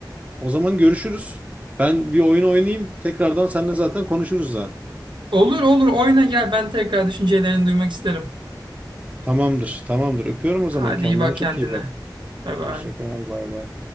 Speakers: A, on the right; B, on the right.
A: o zaman görüşürüz. Ben bir oyun oynayayım. Tekrardan seninle zaten konuşuruz zaten.
B: Olur olur oyna gel ben tekrar düşüncelerini duymak isterim.
A: Tamamdır, tamamdır. Öpüyorum o
B: Hadi
A: zaman. Kendine
B: iyi bak
A: çok
B: kendine.
A: iyi bak.
B: Bay bay.
A: Hoşça kal, bay bay.